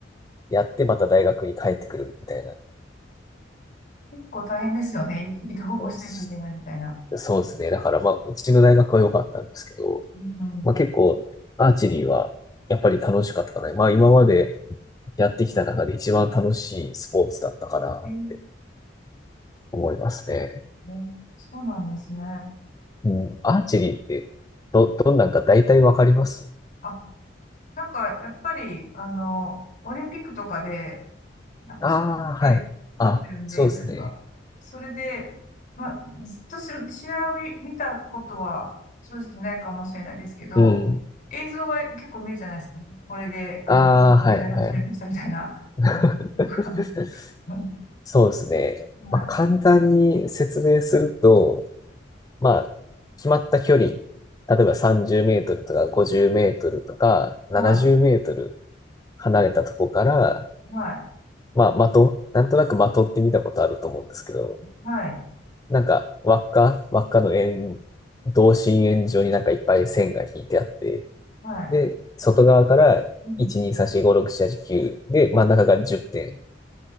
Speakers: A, on the left; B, on the left.
A: やってまた大学に帰ってくるみたいな。
B: 結構大変ですよね。移動もしなきゃいけないみたいな。
A: うんすそうですね。だからまあ、うちの大学は良かったんですけど、
B: うん、
A: まあ結構、アーチェリーはやっぱり楽しかったかな。まあ今までやってきた中で一番楽しいスポーツだったかなって
B: えー
A: 思いますね。
B: ねそうなんですね。
A: うん。アーチェリーってどんなんか大体わかります
B: あ、なんか、やっぱり、あの、オリンピックとかで、なんか、
A: ああー、
B: そうで、
A: はい。
B: なってるんで、
A: あ、そうですね。
B: なんか、それで、まあ、ずっとし試合を見、見たことは正直ないかもしれないですけど、
A: うん。
B: 映像が結構見るじゃないですか。これで、あの、
A: ああ、
B: メダルを取りましたみたいなのとか。
A: はい、はい。<laughs>
B: <laughs> はい、
A: そうですね。
B: はい、
A: まあ簡単に説明すると、まあ、決まった距離、例えば30メートルとか50メートルとか70メートル
B: はい、
A: 離れたとこから、
B: はい、
A: まあ、的、なんとなく的って見たことあると思うんですけど、
B: はい、
A: なんか、輪っか、輪っかの円、同心円状になんかいっぱい線が引いてあって、
B: はい、
A: で、外側から1、
B: うん、
A: 2、3、4、5、6、7、8、9で、真ん中が10点。